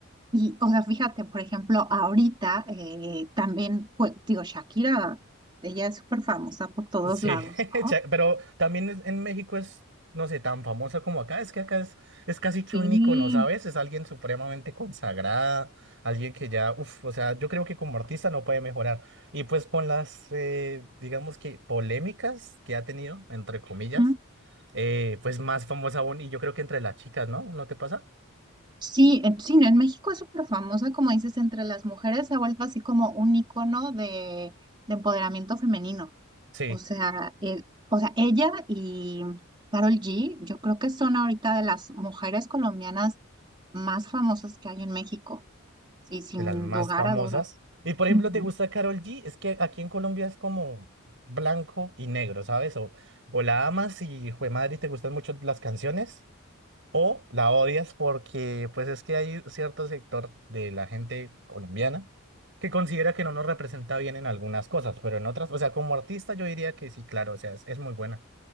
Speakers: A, on the right (about 20°); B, on the right (about 60°).
A: Y, o sea, fíjate, por ejemplo, ahorita eh, también, pues, digo, Shakira, ella es súper famosa por todos
B: Sí,
A: lados,
B: <laughs> cha-
A: ¿no?
B: pero también es- en México es, no sé, tan famosa como acá. Es que acá es, es casi
A: Sí,
B: que un ícono, ¿sabes? Es alguien supremamente consagrada, alguien que ya, uff, o sea, yo creo que como artista no puede mejorar. Y pues con las, eh, digamos que polémicas que ha tenido, entre comillas,
A: ¿Mm?
B: eh, pues más famosa aún, y yo creo que entre las chicas, ¿no? ¿No te pasa?
A: Sí, en, sí, en México es súper famosa, como dices, entre las mujeres se ha vuelto así como un icono de de empoderamiento femenino.
B: Sí.
A: O sea, el- o sea, ella y Carol G, yo creo que son ahorita de las mujeres colombianas más famosas que hay en México, sí, sin
B: de las más
A: lugar
B: famosas.
A: a dudas.
B: Y por ejemplo,
A: Ujú.
B: ¿te gusta Karol G? Es que aquí en Colombia es como blanco y negro, ¿sabes? O, o la amas y jue madre, te gustan mucho las canciones, o la odias porque pues es que hay cierto sector de la gente colombiana que considera que no nos representa bien en algunas cosas, pero en otras, o sea, como artista yo diría que sí, claro, o sea, es, es muy buena,